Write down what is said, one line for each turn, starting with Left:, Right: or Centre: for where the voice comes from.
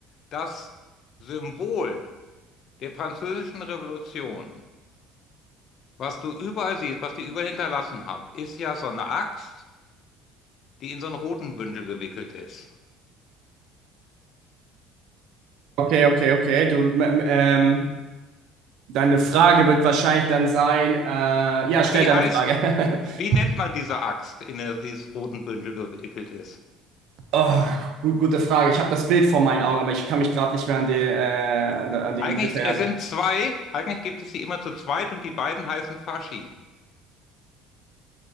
Left: Das Symbol der Französischen Revolution, was du überall siehst, was die überall hinterlassen haben, ist ja so eine Axt, die in so einen roten Bündel gewickelt ist.
Right: Okay, okay, okay. Du, ähm, Deine Frage wird wahrscheinlich dann sein, äh, ja, stell
Left: Wie
Right: deine
Left: heißt,
Right: Frage.
Left: wie
Right: <laughs>
Left: nennt man diese Axt, in der dieses roten Bündel gewickelt ist?
Right: Oh, gut, gute Frage. Ich habe das Bild vor meinen Augen, aber ich kann mich gerade nicht mehr an, die, äh, an, de- an den
Left: Eigentlich,
Right: Begriff erinnern.
Left: es sind zwei, eigentlich gibt es sie immer zu zweit und die beiden heißen Faschi.